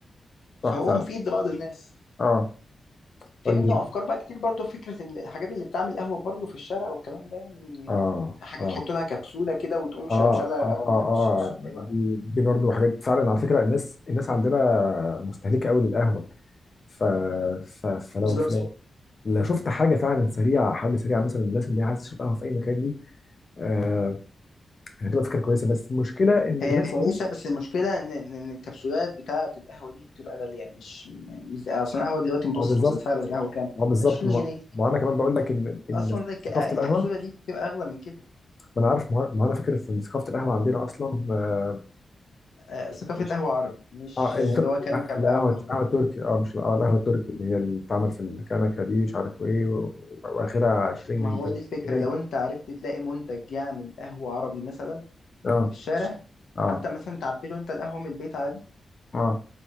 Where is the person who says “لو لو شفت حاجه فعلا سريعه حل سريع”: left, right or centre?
Left